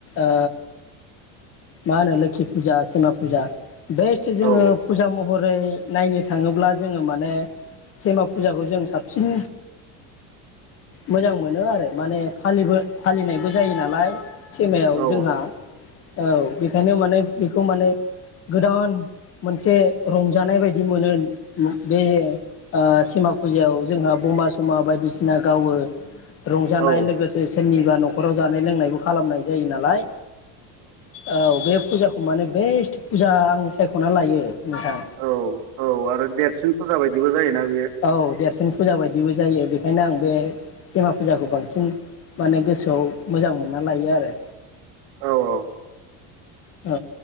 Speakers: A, on the left; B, on the right.
A: ओ। मा होनो लोख्खि फुजा सेमा फुजा। बेस्त जोङो
B: औ
A: फुजा म हरै नायनो थाङोब्ला जोङो माने सेमा फुजाखौ जों साबसिन मोजां मोनो आरो माने फालिबो फालिनायबो जायो नालाय। सिमायाव
B: औ
A: जोंहा। औ बेखायनो माने बे। खौ माने गोदान मोनसे रंजानाय बायदि मोनो मो बे ओ सेमा फुजायाव जोंहा बमा -समा बायदिसिना गावो रंजानाय
B: औ
A: लोगोसे सेननि जा न'खराव जानाय लोंनायबो खालामनाय जायो नालाय औ बे। फुजाखौ माने बेस्ट फुजा आं सायख'ना लायो। नोंथां
B: औ औ आरो देरसिन फुजा बाय। दिबो जायो ना।
A: औ देरसिन। फुजा बायदिबो जायो बेखायनो आं बे सेमा फुजाखौ बांसिन माने गोसोआव मोजां मोनना लायो आरो!
B: औ औ।
A: औ।